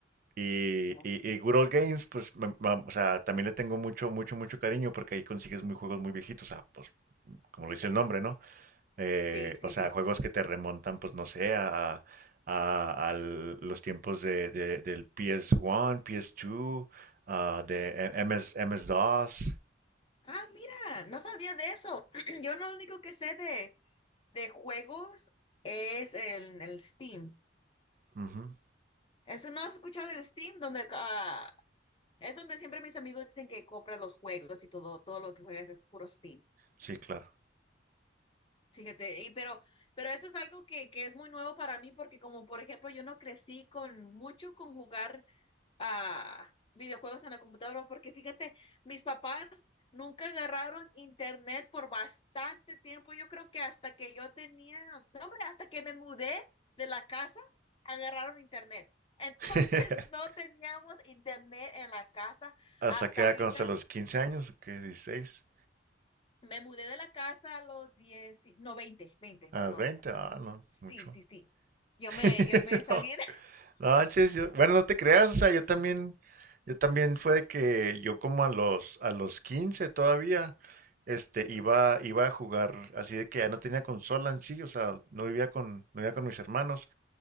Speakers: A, on the right; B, on the left.
A: Y,
B: Ajá.
A: y, y Good Old Games, pues, me- ma- o sea, también le tengo mucho, mucho, mucho cariño porque ahí consigues muy juegos muy viejitos, o sea, pues, como lo dice el nombre, ¿no? Eh,
B: Sí, sí,
A: o sea,
B: sí.
A: juegos que te remontan, pues, no sé, a, a, a los tiempos de, de- del PS1, PS2, ah, de MS, MS-DOS.
B: Ah, mira, no sabía de eso. <clears throat> Yo lo único que sé de, de juegos es el, el Steam.
A: Ujú,
B: ¿Eso no has escuchado del Steam? Donde, ah, es donde siempre mis amigos dicen que compran los juegos y todo, todo lo que juegas es puro Steam.
A: Sí, claro.
B: Fíjate, y pero, pero eso es algo que, que es muy nuevo para mí porque como por ejemplo yo no crecí con mucho con jugar a videojuegos en la computadora, porque fíjate, mis papás nunca agarraron internet por bastante tiempo. Yo creo que hasta que yo tenía, no, hombre, hasta que me mudé de la casa, agarraron internet. Entonces
A: <laughs>
B: <laughs> no teníamos internet en la casa
A: ¿Hasta
B: hasta
A: qué edad
B: ahorita.
A: conoce a los 15 años? ¿O qué? dieciséis
B: Me mudé de la casa a los diez y- no, veinte veinte
A: ¿A
B: perdón.
A: los veinte Ah, no,
B: Sí,
A: mucho.
B: sí, sí. Yo
A: <laughs>
B: me, yo me salí
A: No,
B: en... <laughs>
A: no manches, yo- bueno, no te creas, o sea, yo también, yo también fue de que yo como a los, a los 15 todavía, este, iba,
B: Sí,
A: iba a jugar, así de que ya no tenía consola en sí, o sea, no vivía con, no vivía con mis hermanos,